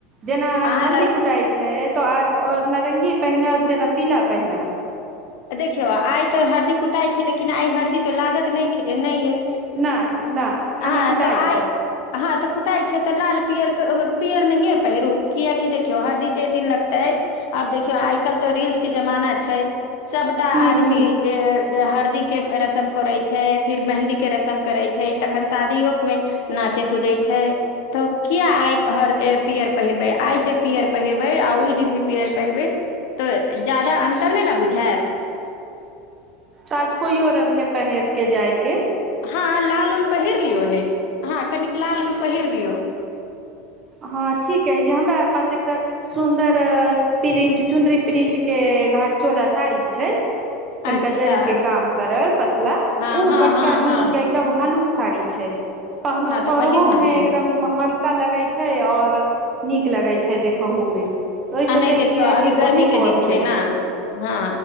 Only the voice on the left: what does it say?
अहाँ
लग
देखियौ आय ते हरदी कुटाई छै, लेकिन आय हरदी तो लागत नैखे नैये।
अहाँ
तऽ आय
हाँ तऽ कुटाय छै ते लाल पियर कै अ पियर नहिये पैहरु, कियाकि देखियो हरदी जे दिन लगते, आब देखियो आय काएल तो रील्स के जमाना छै। सबटा
आदमी
के जे हरदी के रसम करे छै, फिर मेंहदी के रसम करे छै, तखन शादियो मे नाचे कुदे छै तो किया आय हर ए पियर पहिरबे, आय जे पियर पहिरबे आ ओय दिन जे पीयर पहिरबे तो जादा अंतर नै ने बुझा झाएत।
हाँ लाल-उल पहिर लियौ ने, हाँ कनिक लाल-उल पहिर लियौ।
अच्छा
हँ
हँ
हँ
हँ
हँ तऽ
पहिर ने
लियौ
आ
नै देखियौ
अभी
गर्मी
के
दिन छै
ने, हाँ